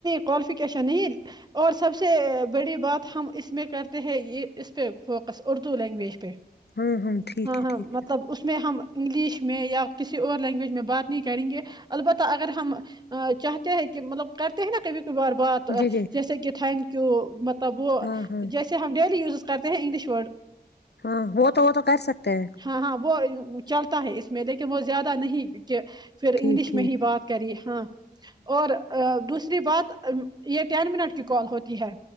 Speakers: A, on the right; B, on the left.
A: کوالفیکیشن نہیں اور سب سے بڑی بات ہم اس میں کرتے ہیں یہ اس پہ فوکس اردو لینگویج پہ
B: ہاں ٹھیک
A: ہاں ہاں
B: ہے ٹھیک ہے
A: مطلب اس میں ہم انگلش میں یا کسی اور لینگویج میں بات نہیں کریں گے البتہ اگر ہم چاہتے ہیں کہ مطلب کرتے ہیں نا کبھی بار بات
B: جی جی
A: جیسے کہ تھینک یو تو تب وہ
B: ہاں ہاں
A: جیسے ہم ڈیلی ز کرتے ہیں انگلش ورڈ
B: ہاں وہ تو وہ تو کر سکتے ہیں
A: ہاں ہاں وہ چلتا ہے اس میں لیکن وہ زیادہ نہیں کہ پھر انگلش
B: ٹھیک ٹھیک
A: میں ہی بات کری ہاں اور دوسری بات یہ ٹین منٹ کی کال ہوتی ہے